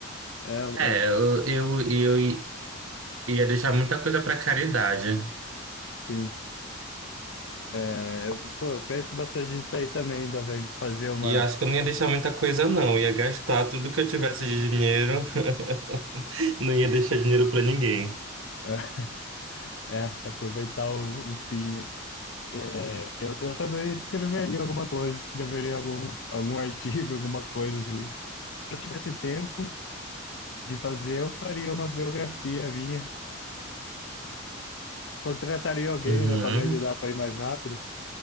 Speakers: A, on the left; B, on the right.
A: É, eu-
B: É, eu, eu, eu ia deixar muita coisa pra caridade.
A: sim. É, eu, pô, eu penso bastante nisso aí também, talvez, de fazer uma.
B: E eu acho que eu não ia deixar muita coisa, não. Eu ia gastar tudo que eu tivesse de dinheiro. <laughs> Não ia deixar dinheiro pra ninguém.
A: <laughs> É, aproveitar o, o fim, né? É, eu, eu também escreveria alguma coisa, escreveria algum, algum artigo, alguma coisa assim. Se eu tivesse tempo de fazer, eu faria uma biografia minha. Contrataria alguém,
B: Uhum.
A: né, para me ajudar para ir mais rápido,